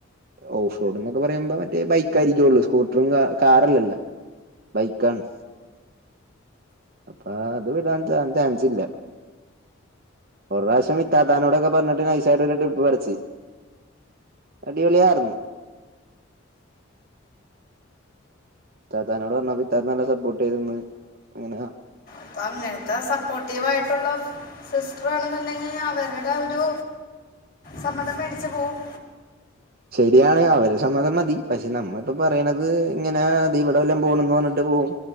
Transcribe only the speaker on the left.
<unintelligible> ത്ര സപ്പോർട്ടീവായിട്ടുള്ള സിസ്റ്റർ ആണെന്നുണ്ടെങ്കി അവരുടെ ഒരു സമ്മതം മേടിച്ച് പോവും